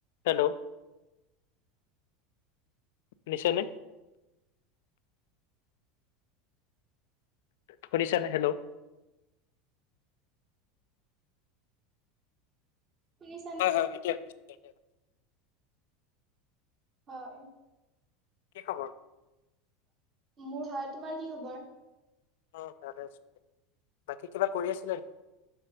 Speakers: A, on the left; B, on the right.
A: Hello? দিছেনে? শুনিছানে hello?
B: শুনিছানে?
A: হয়, হয়। এতিয়া <unintelligible>
B: হয়।
A: কি খবৰ?
B: মোৰ ভাল। তোমাৰ কি খবৰ?
A: অ'! ইয়ালে আহিছোঁ। বাকী কিবা কৰি আছা?